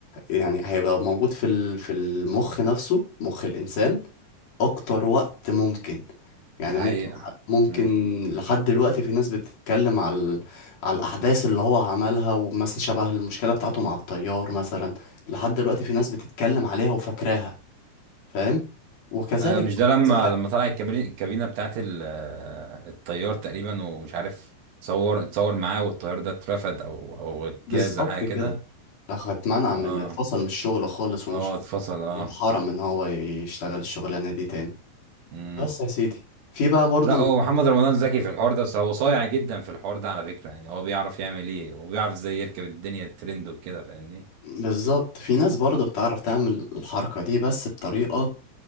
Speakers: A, on the left (about 60°); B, on the right (about 70°).
A: يعني هيبقى موجود في ال- في المخ نفسه مخ الإنسان أكتر وقت ممكن يعني
B: ده
A: ممكن
B: حقيقه
A: ممكن
B: امم.
A: لحد دلوقتي في ناس بتتكلم على ال- على الأحداث اللي هو عملها ومثلا شبه المشكلة بتاعته مع الطيار مثلا لحد دلوقتي في ناس بتتكلم عليها وفاكراها فاهم وكذلك
B: ايوه مش ده لما
A: كذا حاجة
B: لما طلع الكابري- الكابينه بتاعت ال- آه، الطيار تقريبا ومش عارف اتصور اتصور معاه والطيار ده اترفد او او اتجاز
A: بالظبط
B: حاجه
A: كده
B: كده
A: لو هتمنع
B: اه
A: من اتفصل من الشغل خالص ومش
B: اه اتفصل اه
A: واتحرم ان هو يشتغل الشغلانة دي تاني
B: امم
A: بس يا سيدي في بقى برضه
B: لا هو محمد رمضان ذكي في الحوار ده بس هو صايع جدا في الحوار ده على فكره يعني هو بيعرف يعمل ايه وبيعرف ازاي يركب الدنيا الترند وكده فاهمني
A: بالظبط في ناس برضه بتعرف تعمل الحركة دي بس بطريقة